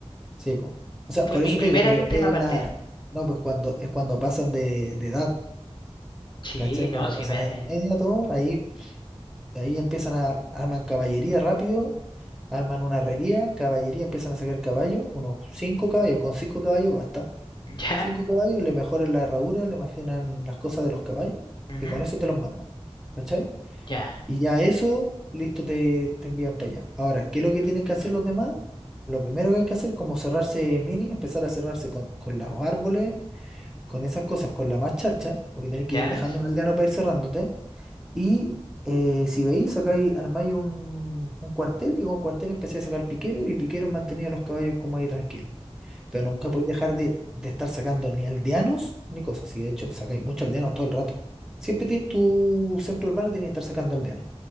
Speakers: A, in the centre; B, on the left (about 45°).
A: Sí, pues. O sea,
B: Fue
A: por
B: mi
A: eso
B: primera
A: te digo, pero
B: y última
A: es
B: partida.
A: la. No, pues cuando es cuando pasan de, de edad,
B: Sí,
A: ¿cachai?
B: no,
A: Cuando
B: sí
A: pasan
B: me.
A: a edad
B: <laughs>
A: media, todo, ahí, ahí empiezan a arman caballería rápido, arman una herrería, caballería, empiezan a sacar caballos, unos cinco caballos, con cinco caballos basta
B: Ya,
A: Cinco caballos, le mejoran la herradura, le mejoran las cosas de los caballos
B: ujú,
A: y con eso te los mandan. ¿Cachai?
B: ya,
A: Y ya eso, listo, te, te envían para allá. Ahora, ¿qué es lo que tienen que hacer los demás? Lo primero que hay que hacer, como cerrarse mini, empezar a cerrarse con, con los árboles, con esas cosas, con la más charcha, porque tenés que
B: ya,
A: ir dejando un aldeano para ir cerrándote. Y eh, si veis, acá hay, armáis un, un cuartel y con cuartel empecé a sacar piqueros y piqueros mantenía los caballos como ahí tranquilos. Pero nunca podéis dejar de, de estar sacando ni aldeanos ni cosas así. De hecho, sacáis muchos aldeanos todo el rato. Siempre ti- tu centro urbano tiene que estar sacando aldeanos.